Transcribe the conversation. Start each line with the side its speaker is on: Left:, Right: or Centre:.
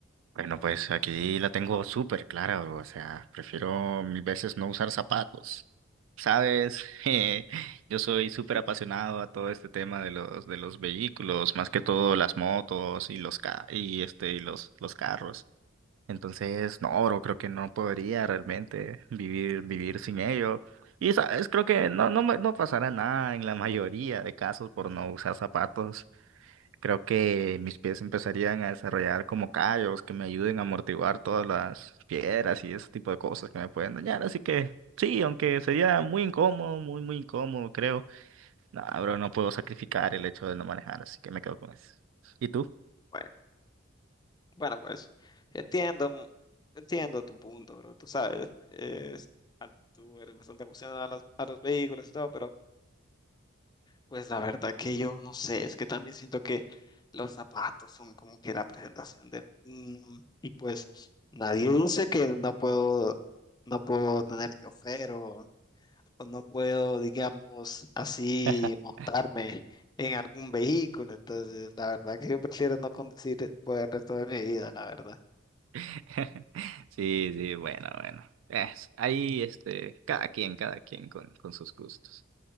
Right: Bueno, pues aquí la tengo súper clara, bro. O sea, prefiero mil veces no usar zapatos. Sabes, <laughs> Eh, yo soy
Left: <laughs>
Right: súper
Left: Hmm,
Right: apasionado a todo este tema de los de los vehículos, más que todo las motos y los ca y este y los los carros. Entonces, no, bro, creo que no podría realmente vivir, vivir sin ello. Y sabes, creo que no, no, me- no pasará nada en la mayoría de casos por no usar zapatos. Creo que mis pies empezarían a desarrollar como callos que me ayuden a amortiguar todas las piedras y ese tipo de cosas que me pueden dañar. Así que sí, aunque sería muy incómodo, muy, muy incómodo, creo. No, bro, no puedo sacrificar el hecho de no manejar, así que me quedo con eso. ¿Y tú?
Left: Bueno, bueno, pues entiendo, mm, entiendo tu punto, bro. Tú sabes, es- tú eres bastante aficionado a los, a los vehículos y todo, pero pues la verdad que yo no sé, es que también siento que los zapatos son como que la presentación de uno, y pues nadie dice que no puedo, no puedo tener chofer o no puedo, digamos, así
Right: <laughs>
Left: montarme en algún vehículo. Entonces, la verdad que yo prefiero no conducir por el resto de mi vida, la verdad.
Right: <laughs> Sí, sí, bueno, bueno. Es, ahí, este, cada quien, cada quien con, con sus gustos.